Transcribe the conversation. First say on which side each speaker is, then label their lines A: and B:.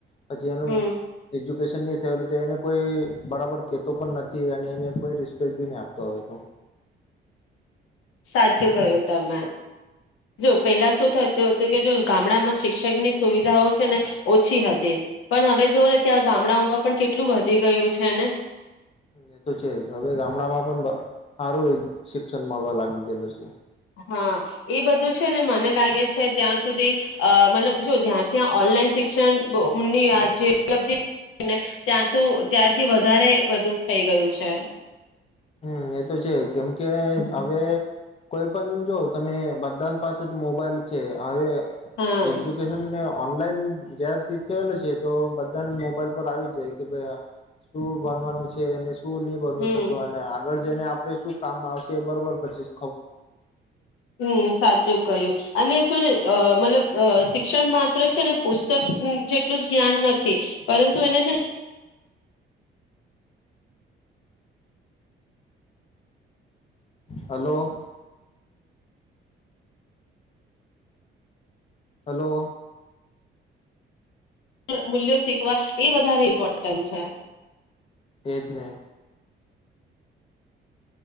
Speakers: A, on the left (about 30°); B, on the left (about 85°).
A: પછી એનું
B: હમ
A: એજ જ્યુકેશન થ એને કોઈ બરાબર કેતો પણ નથી અને એને કોઈ રિસ્પેક્ટ ભી નહી આપતો હવે તો.
B: સાચું કહ્યું તમે, જો પેલા શું થતું હતું કે જો ગામડામાં શિક્ષક ની સુવિધાઓ છે ને ઓછી હતી, પણ હવે તો એ ત્યા ને ગામડાઓમાં પણ કેટલું વધી ગયું છે ને?
A: એ તો છે, જ હવે ગામડામાં બ સારુંય શિક્ષણ મળવા લાગી ગયેલું છે.
B: હા ઈ બધું છે ને મને લાગે છે ત્યાં સુધી અહ મતલબ જો જ્યાં ત્યાં ઓનલાઈન શિક્ષણની આ જે ઉપલબ્ધિ <unintelligible> ને ત્યાં તો ત્યાારથી વધારે વધુ થઈ ગયું છે.
A: હમ્મ એ તો છે કેમ કે હવે કોઈ પણ જો તમે બધાન પાસે તો મોબાઈલ છે આવે
B: હા
A: એજ્યુકેશન ને ઓનલાઈન જ્યારથી થયેલો છે તો બધાને મોબાઈલ પર આવી જાય કે ભાઈ આ શું ભનવાનું છે અને સ શું નહીં બની
B: હમ
A: શકવાન. આગળ જઈને આપડે શું કામમાં આવશે બરોબર પછીસ
B: હમ્મ સાચું કહ્યું અને જો ને અહ મતલબ અહ શિક્ષણ માત્ર છે ને પુસ્તક જેટલું જ જ્ઞાન નથી, પરંતુ એને છે ને
A: હલો. હલો.
B: મૂલ્યો શીખવા એ વધારે ઇમ્પોર્ટન્ટ છે.
A: એ જ ને.